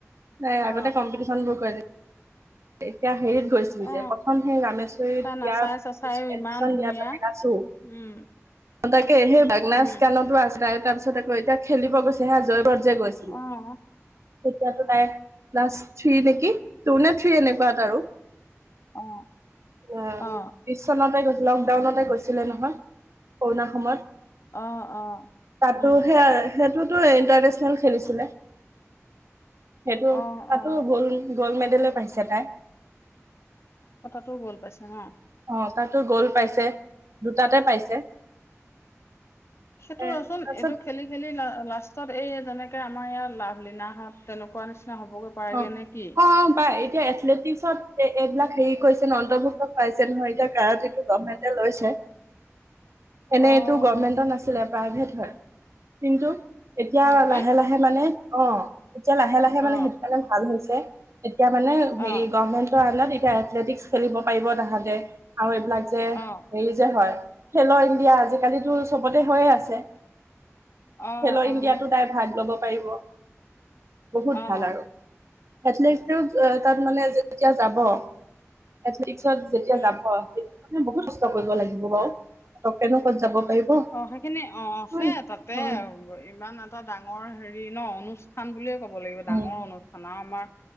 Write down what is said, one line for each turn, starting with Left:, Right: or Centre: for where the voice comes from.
Right: তাই
Left: অ
Right: আগতে কম্পিটিশন বোৰ কৰিলে। এতিয়া হেৰিত গৈছে।
Left: অ
Right: প্ৰথম সেই ৰামেশ্বৰীত
Left: তাই
Right: দিয়া
Left: নাচাই
Right: এডমিচন
Left: চাচাইও ইমান ধুনীয়া
Right: দিয়াৰ পিছত গৈছো।
Left: উম।
Right: অঁ, তাকে, সেই বাগনাচ
Left: উম
Right: কানতো আছে তাৰে, তাৰ পিছত আকৌ এতিয়া খেলিব গৈছে হা, জয়পুৰত যে গৈছে।
Left: অঁ।
Right: তেতিয়াতো তাই ক্লাছ থ্ৰী নেকি? টু নে থ্ৰী এনেকুৱাত আৰু।
Left: অ
Right: <unintelligible>
Left: অ
Right: <unintelligible> লকডাউনতে গৈছিলে নহয়, কৰোণা সময়ত।
Left: অ অ
Right: তাতো
Left: উম
Right: সেয়া, সেইটো- ইণ্টাৰনেচনেল খেলিছিলে, সেইটো,
Left: অ
Right: তাতো
Left: অ
Right: গল। গ'ল্ড মেডেলে পাইছে তাই।
Left: কথাতটো গ'ল পাইছে না।
Right: অঁ, তাতো গল্ড পাইছে, দুটাতে পাইছে।
Left: সেইটো
Right: এ
Left: ৰ'চোন,
Right: তাৰপিছত
Left: এইটো খেলি- খেলি লা-লাষ্টত এই যেনেকে আমাৰ ইয়াৰ লাভলিনা হত, তেনেকুৱা নিচিনা হ'বগৈ। পাৰেগে
Right: অঁ,
Left: নে কি
Right: অঁ পাই, এতিয়া এথলেটিক- পছত এইবিলাক হেৰি কৰিছে ন', অন্তৰ্ভুক্ত পাইছে নহয়। এতিয়া কাৰাতেটো গৰ্মেন্টে লৈছে। <inaudible>
Left: অ',
Right: এনে এইটো গভৰ্মেন্টৰ নাছিলে, প্ৰাইভেট হয়। কিন্তু এতিয়া
Left: হয় নেকি?
Right: লাহে-লাহে- মানে অঁ, এতিয়া লাহে-লাহে
Left: অ'।
Right: মানে সেইটো কাৰণে ভাল হৈছে, এতিয়া মানে
Left: অ',
Right: হে গৰ্মেন্তে- তাত এতিয়া এথলেটিক খেলিব পাৰিব তাহাঁতে আৰু এইবিলাক যে
Left: অ',
Right: হেৰি যে হয়- খেলো ইণ্ডিয়া, আজিকালিতো চবতে হৈয়ে আছে।
Left: অ',
Right: খেলো ইণ্ডিয়াতটো
Left: অ',
Right: তাই ভাগ ল'ব পাৰিব, বহুত
Left: অ', অ',
Right: ভাল আৰু। এথলেটিক তাত মানে যেতিয়া যাব, এথলেটিকছত যেতিয়া
Left: উম।
Right: যাব- সেইটো কাৰণে বহুত কষ্ট কৰিব লাগিব বাৰু, পতককে নো কত যাব পাৰিব।
Left: অঁ, সেইখিনি অ',
Right: উম
Left: সেই তাতে
Right: উম
Left: আৰু। ইমান এটা ডাঙৰ হেৰি ন' অনু- অনুষ্ঠান বুলিয়ে ক'ব লাগিব। ডাঙৰ
Right: উম
Left: অনুষ্ঠান, আৰু আমাৰ-